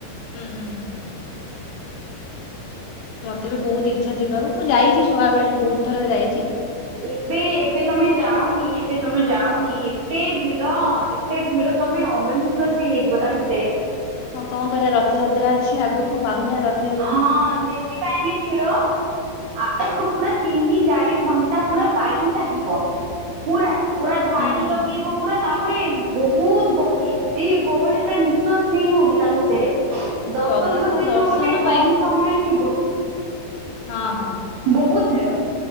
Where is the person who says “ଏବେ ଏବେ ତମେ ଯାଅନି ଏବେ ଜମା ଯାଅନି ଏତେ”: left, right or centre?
Right